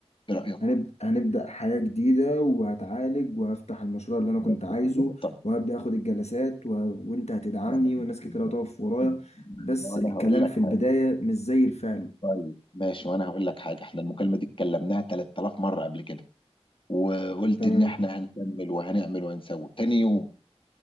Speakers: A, on the left; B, on the left.
A: ايه رايك
B: هنبدأ هنبدأ حياة جديدة وهتعالج وهفتح المشروع اللي انا كنت
A: بس
B: عايزه
A: في نقطه
B: وهبدأ اخد الجلسات و... وانت هتدعمني
A: ما انا
B: والناس كتير
A: ما
B: هتقف ورايا
A: أنا-
B: بس
A: ما
B: الكلام
A: أنا هقول لك
B: في
A: حاجه
B: البداية مش زي الفعل
A: طيب ماشي وانا هقول لك حاجه احنا المكالمه دي اتكلمناها 3000 مره قبل كده وقلت
B: تمام
A: ان احنا هنكمل وهنعمل وهنسوي تاني يوم